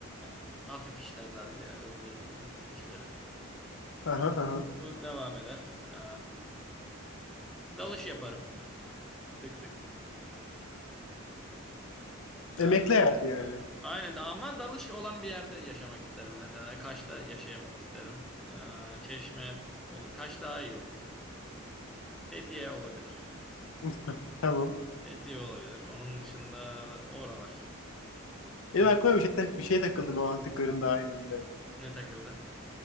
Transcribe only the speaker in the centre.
Ee, hafif işler daha ziyade zeytinin işleri.
Bu devam eder. Ee, dalış yaparım sık sık. Ee,
aynen ama dalış olan bir yerde yaşamak isterim. Mesela Kaş'ta yaşamak isterim. Ee, Çeşme, olur, Kaş daha iyi olur. Fethiye olabilir.
Fethiye olabilir. Onun dışında oralar.
Düş-
Ne takıldı?